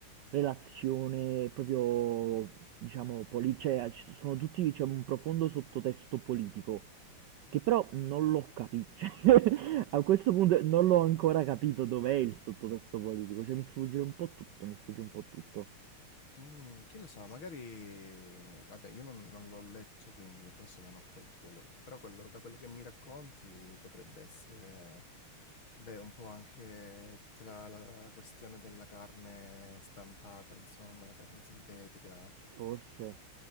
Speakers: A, on the right (about 75°); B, on the left (about 65°).
A: relazione proprio, diciamo, poli- cioè ci sono tutti, diciamo, un profondo sottotesto politico, che però non l'ho capito. <laughs> Cioè, a questo punto non l'ho ancora capito dov'è il sottotesto politico, cioè mi sfugge un po' tutto, mi sfugge un po' tutto.
B: Mm, chi lo sa, magari... Vabbè, io non, non l'ho letto, quindi forse non ho colto quello. Però quello- da quello che mi racconti potrebbe essere, beh, un po' anche tutta la, la questione della carne stampata, insomma, la carne sintetica.
A: Forse,